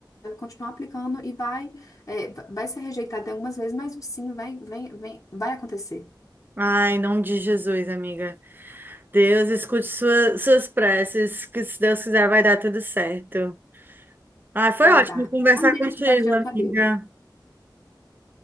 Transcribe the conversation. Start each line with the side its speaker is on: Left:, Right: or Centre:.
Left: vai continuar aplicando e vai, é, vai ser rejeitado algumas vezes, mas o sim vai, vem, vem, vai acontecer,
Right: Ai, em nome de Jesus, amiga. Deus, escute sua- suas preces, que se Deus quiser vai dar tudo certo. Ai, foi
Left: vai
Right: ótimo
Left: dar.
Right: conversar
Left: Já deu,
Right: contigo,
Left: já deu,
Right: amiga.
Left: já deu.